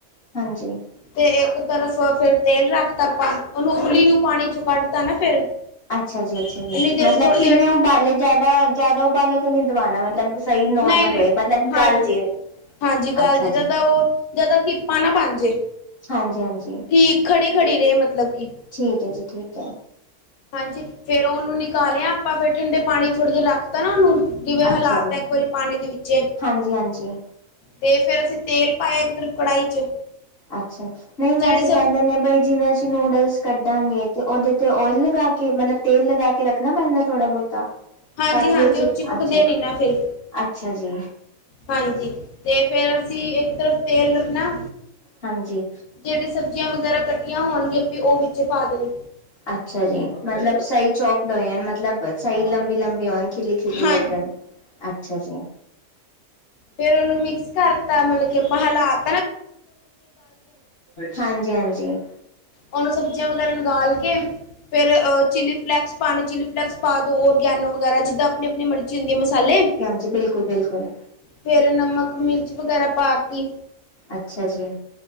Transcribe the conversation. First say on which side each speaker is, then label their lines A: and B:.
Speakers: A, on the left (about 50°); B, on the left (about 80°).
A: ਹਾਂਜੀ।
B: ਤੇ ਇੱਕ ਤਰਫ ਫਿਰ ਤੇਲ ਰੱਖ ਤਾ ਆਪਾਂ ਉਹਨੂੰ ਉਬਲੀ ਨੂੰ ਪਾਣੀ ਚ ਕੱਢ ਤਾਂ ਨਾ ਫਿਰ
A: ਅੱਛਾ ਜੀ ਅੱਛਾ
B: ਇੰਨੀ
A: ਜੀ
B: ਦੇਰ
A: ਮਤਲਬ
B: ਥੋੜ੍ਹੀ
A: ਕਿੰਨੇ
B: ਦੇਰ
A: ਉਬਾਲੇ ਜਿਆਦਾ ਜਿਆਦਾ ਉਬਾਲਾ ਤਾਂ ਨੀ ਦਵਨਣਾ ਮਤਲਬ। ਸਹੀ ਨੋਰਮਲ
B: ਨਹੀਂ ਨਹੀਂ
A: ਹੋਏ ਮਤਲਬ
B: ਹਾਂਜੀ
A: ਗੱਲ ਜੇ
B: ਹਾਂਜੀ ਗੱਲ
A: ਅੱਛਾ
B: ਜਿੱਦਾਂ
A: ਜੀ
B: ਦਾ ਉਹ ਜ਼ਿਆਦਾ ਕਿਪਾ ਨਾ ਬਣ ਜੇ।
A: ਹਾਂਜੀ ਹਾਂਜੀ।
B: ਠੀਕ ਖੜੀ ਖੜੀ ਰਹੇ ਮਤਲਬ ਕੀ।
A: ਠੀਕ ਹੈ ਜੀ ਠੀਕ ਹੈ।
B: ਹਾਂਜੀ ਫਿਰ ਉਹਨੂੰ ਨਿਕਾਲਿਆ ਆਪਾਂ ਫਿਰ ਠੰਡੇ ਪਾਣੀ ਥੋੜੇ ਜਿਹੇ ਰੱਖਤਾ ਨਾ ਉਹਨੂੰ ਕਿਵੇਂ
A: ਅੱਛਾ
B: ਹਾਲਾਤ
A: ਜੀ
B: ਹੈ ਇੱਕ ਵਾਰੀ ਪਾਣੀ ਦੇ ਵਿੱਚ।
A: ਹਾਂਜੀ ਹਾਂਜੀ
B: ਤੇ ਫਿਰ ਅਸੀਂ ਤੇਲ ਪਾਇਆ ਇਧਰ ਕੜਾਹੀ ਚ
A: ਅੱਛਾ ਨਹੀਂ ਵੈਸੇ
B: ਜਿਹੜੀ
A: ਕਹਿੰਦੇ
B: ਸਬ
A: ਨੇ ਬਈ ਜਿਵੇਂ ਅਸੀਂ ਨੂਡਲਸ ਕੱਢਾਂਗੇ ਤੇ ਉਹਦੇ ਤੇ ਓਇਲ ਲਗਾ ਕੇ ਮਤਲਬ ਤੇਲ ਲਗਾ ਕੇ ਰੱਖਣਾ ਪੈਂਦਾ ਥੋੜਾ ਬਹੁਤਾ
B: ਹਾਂਜੀ-ਹਾਂਜੀ
A: ਤਾਂ ਕੀ ਉਹ ਚਿੱਪ
B: ਚਿਪਕਦੇ
A: ਅੱਛਾ
B: ਨੀ ਨਾ ਫਿਰ
A: ਅੱਛਾ ਜੀ।
B: ਹਾਂਜੀ ਤੇ ਫਿਰ ਅਸੀਂ ਇੱਕ ਤਰਫ ਤੇਲ ਰੱਖਣਾ
A: ਹਾਂਜੀ।
B: ਜਿਹੜੀ ਸਬਜ਼ੀਆਂ ਵਗੈਰਾ ਕੱਟੀਆਂ ਹੋਣਗੀਆਂ ਉਹ ਵਿੱਚ ਪਾ ਦੇ।
A: ਅੱਛਾ ਜੀ ਮਤਲਬ ਸਹੀ ਚੌਕ ਡਏ ਮਤਲਬ ਸਹੀ ਲੰਬੀ ਲੰਬੀ। ਬਿਲੋਨ ਖਿਲੇ ਖਿਲੇ
B: ਹਾਂ
A: ਲੱਗਣ, ਅੱਛਾ ਜੀ।
B: ਫਿਰ ਉਹਨੂੰ ਮਿਕਸ ਕਰਤਾ ਮਤਲਬ ਕਿ ਆਪਾਂ ਹਲਾਤਾ
A: ਹਾਂਜੀ ਹਾਂਜੀ।
B: ਉਹਨੂੰ ਸਬਜ਼ੀਆਂ ਵਗੈਰਾ ਉਬਾਲ ਕੇ। ਫਿਰ ਚਿੱਲੀ ਫਲੇੈਕਸ ਪਾਉਣੇ ਚਿੱਲੀ ਫਲੇਕਸ ਪਾ ਦਿਓ ਔਰਗੈਨੋ ਵਗੈਰਾ ਜਿੱਦਾਂ ਆਪਣੀ ਆਪਣੀ ਮਰਜ਼ੀ ਹੁੰਦੀ ਹੈ ਮਸਾਲੇ
A: ਜੀ ਬਿਲਕੁਲ ਬਿਲਕੁਲ।
B: ਫਿਰ ਨਮਕ ਮਿਰਚ ਵਗੈਰਾ ਪਾ ਤੀ।
A: ਅੱਛਾ ਜੀ।